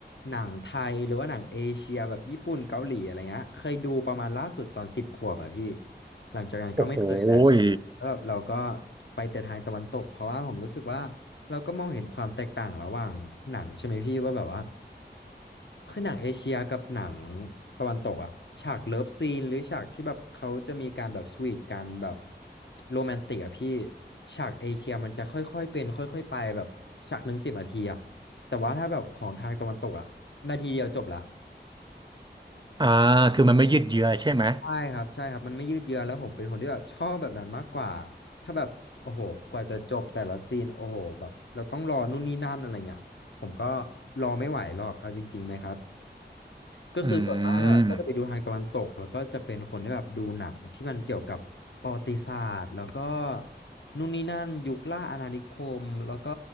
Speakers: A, on the left; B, on the right.
A: หนังไทยหรือว่าหนังเอเชียแบบญี่ปุ่นเกาหลีอะไรเงี้ยเคยดูประมาณล่าสุดตอนสิบขวบอะพี่หลังจากนั้นก็ไม่เคยละ
B: โอ้โหย
A: แล้วแบบเราก็ไปแต่ทางตะวันตกเพราะว่าผมรู้สึกว่า เราก็มองเห็นความแตกต่างระหว่างหนังใช่ไหมพี่ว่าแบบว่าคือหนังเอเชียกับหนังตะวันตกอะฉากเลิฟซีนหรือฉากที่แบบเขาจะมีการแบบสวีทกันแบบโรแมนติกอะพี่ฉากเอเชียมันจะค่อยๆเป็นค่อยๆไปแบบฉากหนึ่งสิบนาทีอะแต่ว่าถ้าแบบของทางตะวันตกอะนาทีเดียวจบละ
B: อ่าคือมันไม่ยืดเยื้อใช่ไหม
A: ใช่ครับใช่ครับมันไม่ยืดเยื้อแล้วผมเป็นคนที่แบบชอบแบบนั้นมากกว่าถ้าแบบโอ้โหกว่าจะจบแต่ละซีนโอ้โหแบบเราต้องรอนู่นนี่นั่นอะไรเงี้ยผมก็รอไม่ไหวหรอกเอาจริงๆไหมครับ ก็คือส่วนมากอะก็จะไปดูทางตะวันตกแล้วก็จะเป็นคนที่แบบดูหนังที่มันเกี่ยวกับประวัติศาสตร์แล้วก็
B: อืม
A: นู่นนี่นั่นยุคล่าอาณานิคมแล้วก็